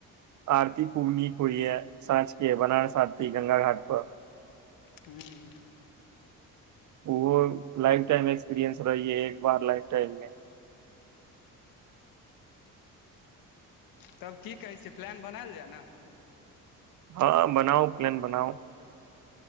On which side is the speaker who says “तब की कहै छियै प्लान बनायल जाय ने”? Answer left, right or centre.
Left